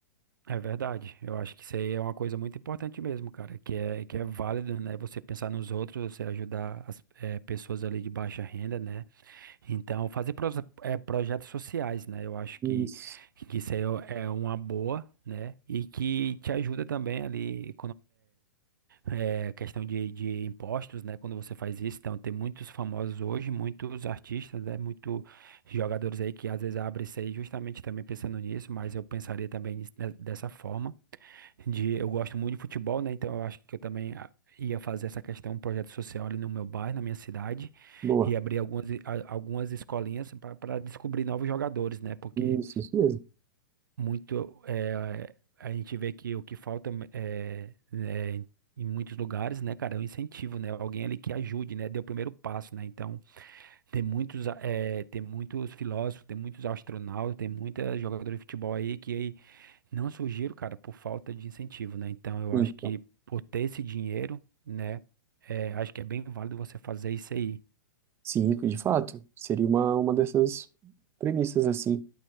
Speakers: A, on the right; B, on the right.
A: É verdade. Eu acho que isso aí é uma coisa muito importante mesmo, cara, que é, que é válido, né? Você pensar nos outros, você ajudar as eh, pessoas ali de baixa renda, né? Então, fazer pros- eh, projetos sociais, né? Eu acho que,
B: Isso,
A: que isso aí é é uma boa, né? E que te ajuda também ali é, questão de, de impostos, né? Quando você faz isso, então tem muitos famosos hoje, muitos artistas, né? Muitos jogadores aí que às vezes abrem isso aí justamente também pensando nisso, mas eu pensaria também nisso de- dessa forma. De, eu gosto muito de futebol, né? Então eu acho que eu também ah, ia fazer essa questão, um projeto social ali no meu bairro, na minha cidade,
B: boa.
A: e abrir algumas, e- a- algumas escolinhas para descobrir novos jogadores, né? Porque
B: Isso, isso mesmo.
A: muito é, a gente vê que o que falta é, é, em muitos lugares, né, cara, é um incentivo, né, alguém ali que ajude, né, dê o primeiro passo, né, então tem muitos é, tem muitos filósofos, tem muitos astronautas, tem muita jogadora de futebol aí que aí não surgiram, cara, por falta de incentivo, né, então eu
B: Sim,
A: acho que
B: Então,
A: por ter esse dinheiro, né, é, acho que é bem válido você fazer isso aí.
B: sim, de fato, seria uma, uma dessas premissas, assim.